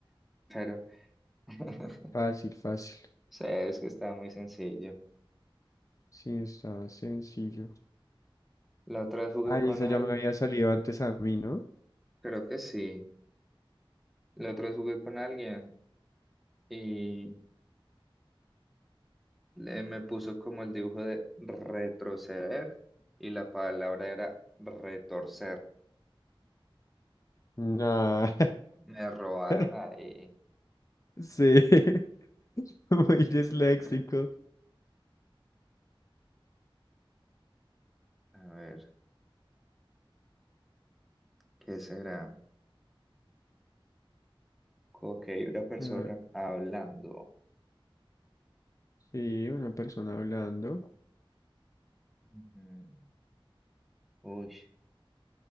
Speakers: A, in the centre; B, on the left.
A: Pero. <laughs>
B: Fácil, fácil.
A: O sea, es que está muy sencillo.
B: Sí, está sencillo.
A: La otra vez jugué
B: Ay,
A: con
B: esa
A: alguien,
B: ya me había salido antes a mí, ¿no?
A: creo que sí. La otra vez jugué con alguien y le, me puso como el dibujo de retroceder y la palabra era retorcer.
B: Nah.
A: Me robaron
B: <laughs>
A: ahí.
B: Sí, <laughs> muy disléxico.
A: <laughs> A ver, ¿qué será? Ok, una persona
B: Ah,
A: hablando.
B: sí, una persona hablando.
A: Ujú. Uy,